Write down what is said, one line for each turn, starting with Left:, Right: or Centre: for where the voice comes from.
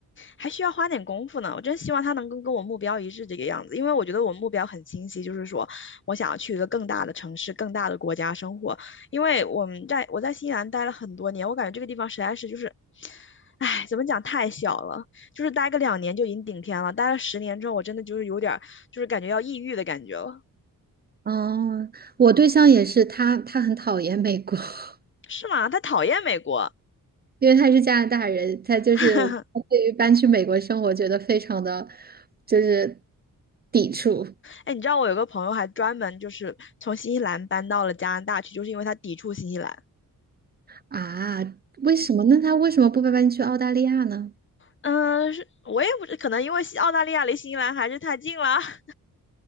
Left: 还需要花点功夫呢。我真希望他能够跟我目标一致这个样子，因为我觉得我目标很清晰，就是说我想要去一个更大的城市、更大的国家生活。因为我们在我在新西兰待了很多年，我感觉这个地方实在是就是，唉，怎么讲太小了，就是待个两年就已经顶天了，待了十年之后，我真的就是有点儿就是感觉要抑郁的感觉了。
Right: 哦，我对象也是，他他很讨厌美国。<laughs>
Left: 是吗？他讨厌美国。
Right: 因为他是加拿大人，他就是他对于搬去美国生活觉得非常的
Left: <laughs>
Right: 就是抵触
Left: 哎，你知道我有个朋友还专门就是从新西兰搬到了加拿大去，就是因为他抵触新西兰。
Right: 啊。为什么？那他为什么不搬去澳大利亚呢？
Left: 嗯，是我也不知，可能因为西澳大利亚离新西兰还是太近了。<laughs>